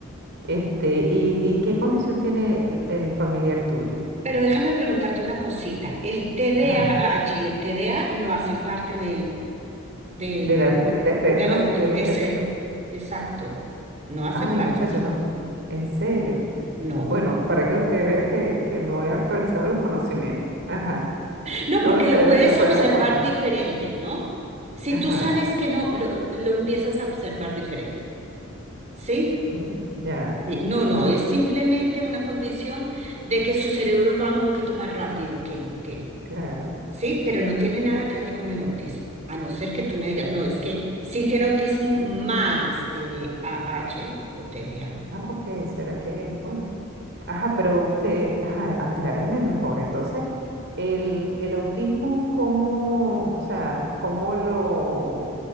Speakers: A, on the right; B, on the right.
A: Este, ¿y, y qué condición tiene el, el familiar tuyo?
B: Pero déjame preguntarte una cosita. El TDAH
A: Ajá,
B: y el TDA no hacen parte del, del,
A: del, au- del espectro,
B: del aut-
A: del
B: es,
A: espectro
B: es- exacto. No hace
A: Ay,
B: parte.
A: muchacha, no. En serio.
B: No.
A: Bueno, para que usted vea que, que no he actualizado los conocimientos. Ajá.
B: No,
A: No,
B: porque
A: en serio,
B: lo puedes
A: estoy fuera
B: observar
A: de forma.
B: diferente, ¿no? Si
A: Ajá.
B: tú sabes que no, lo, lo empiezas a observar diferente, ¿sí?
A: Mm, Ya,
B: Sí, No, no, es simplemente una condición de que su cerebro va un poquito más rápido que, que,
A: claro.
B: Sí, pero no tiene nada que ver con el autismo, a no ser que tú me digas, no, es que sí tiene autismo más TDAH o TDA.
A: Ah, ok, será que, bueno. Ajá, pero usted, ajá, acláreme mejor. Entonces, el, el autismo, ¿cómo, o sea, cómo lo,